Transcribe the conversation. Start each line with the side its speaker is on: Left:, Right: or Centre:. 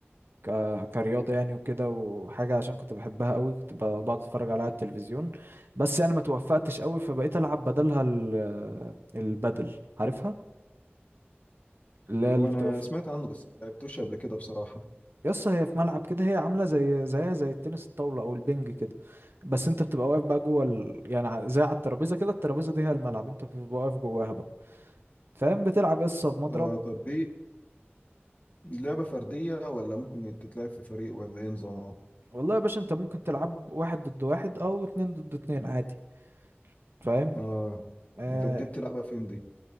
Right: ك... كرياضة يعني وكده وحاجة عشان كنت بحبها قوي كنت ب- بقعد أتفرج عليها على التلفزيون بس يعني ما توفقتش قوي فبقيت ألعب بدلها ال... البدل عارفها اللي هي
Left: هو
Right: اللي
Left: انا
Right: بتقف
Left: سمعت عنه بس ما لعبتوش قبل كده بصراحة
Right: يس هي في ملعب كده هي عامله زي زيها زي التنس الطاوله او البنج كده بس انت بتبقى واقف بقى جوه ال... يعني ع- زي على الترابيزه كده الترابيزه دي هي الملعب انت بتبقى واقف جواها بقى فاهم بتلعب يس بمضرب
Left: اه طب دي لعبة فردية ولا ممكن تتلعب في فريق ولا ايه نظامها
Right: والله يا باشا انت ممكن تلعب واحد ضد واحد او اتنين ضد اتنين عادي فاهم
Left: اه
Right: آه
Left: انت دي بتلعبها فين دي